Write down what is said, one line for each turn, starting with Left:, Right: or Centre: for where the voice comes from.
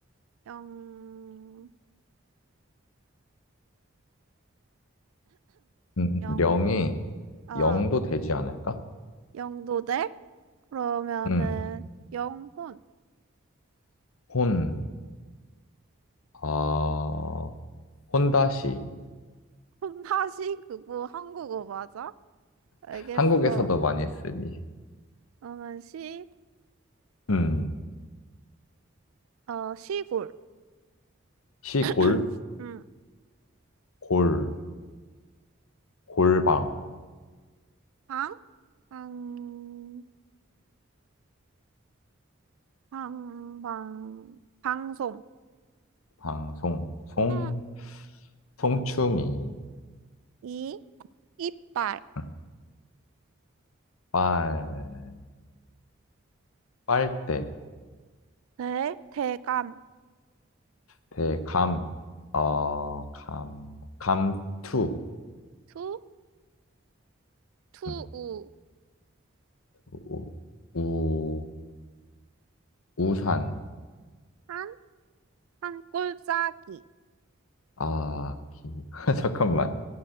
Right: 영,
Left: 음,
Right: 영,
Left: 령이
Right: 아,
Left: 0도 되지 않을까?
Right: 영도대? 그러면은,
Left: 음,
Right: 영혼. <laughs>
Left: 혼. 아, 혼다시.
Right: 혼다시 그거 한국어 맞아? 알겠어.
Left: 한국에서도 많이 쓰니.
Right: 그러면 시,
Left: 음,
Right: 어, 시골.
Left: 시골.
Right: <clears throat> 응.
Left: 골. 골방.
Right: 방? 방, 방, 방, 방송.
Left: 방송. 송.
Right: 응.
Left: 송충이.
Right: 이, 이빨.
Left: 음, 빨. 빨대.
Right: 대, 대감.
Left: 대감. 어, 감. 감투.
Right: 투, 투우.
Left: 음, 우, 우, 우산.
Right: 한, 한 꼴짜기.
Left: 아, 기. <laughs> 잠깐만.